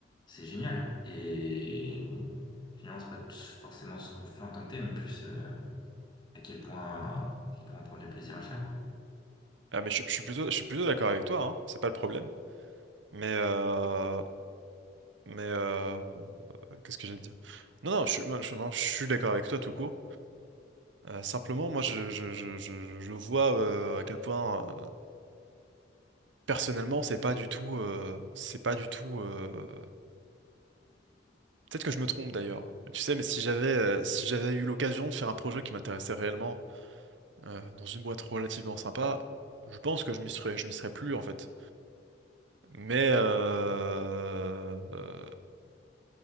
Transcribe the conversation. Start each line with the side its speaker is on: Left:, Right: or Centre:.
Left: c'est génial. Et finalement, c'est pas t- forcément ce qu'on fait en tant que tel, mais plus euh, à quel point, à quel point on prend du plaisir à le faire.
Right: ah, mais je, je suis plutôt, je suis plutôt d'accord avec toi, hein. C'est pas le problème. Mais, euh, mais euh, qu'est-ce que j'allais te dire? Non, non, je, suis- moi, je, non, je suis d'accord avec toi tout court. Euh, simplement, moi, je, je, je, je, je vois euh, à quel point, euh, personnellement, c'est pas du tout, euh, c'est pas du tout. euh, Peut-être que je me trompe d'ailleurs. Mais tu sais, mais si j'avais, euh, si j'avais eu l'occasion de faire un projet qui m'intéressait réellement euh, dans une boîte relativement sympa, je pense que je m'y serais, je m'y serais plus en fait. Mais euh, euh,